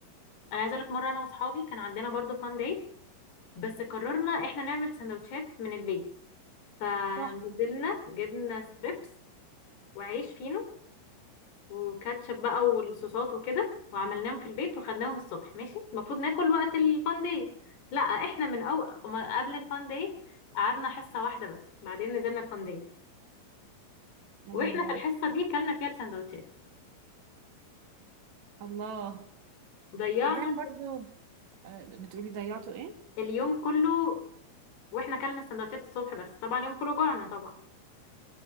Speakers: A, on the left; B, on the right.
A: انا عايزه اقول لك مره انا واصحابي كان عندنا برضو فان داي بس قررنا احنا نعمل سندوتشات من البيت فنزلنا
B: صح
A: جبنا ستريبس وعيش فينو وكاتشب بقى والصوصات وكده وعملناهم في البيت وخدناهم الصبح ماشي المفروض ناكل وقت الفان داي لا احنا من أو... ما- قبل الفان داي قعدنا حصة واحدة بس بعدين نزلنا الفان داي
B: ايوه
A: واحنا في الحصة دي كلنا فيها السندوتشات
B: الله
A: ضيعنا
B: صدقني برضو آه، بتقولي ضيعتوا ايه
A: اليوم كله واحنا كلنا السندوتشات الصبح بس طبعا يوم كله جوعنا طبعا